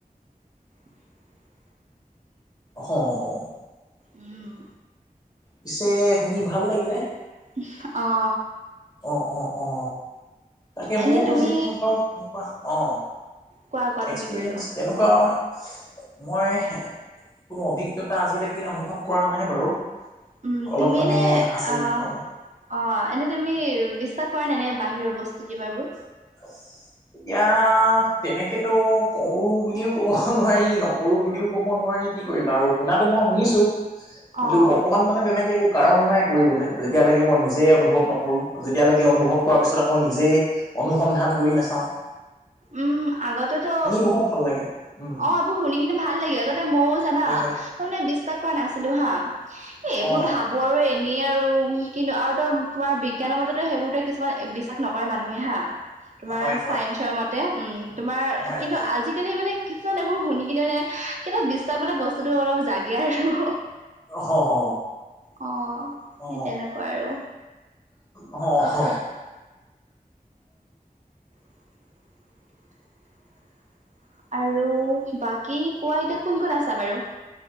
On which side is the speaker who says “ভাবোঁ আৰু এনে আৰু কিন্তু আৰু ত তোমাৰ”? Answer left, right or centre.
Right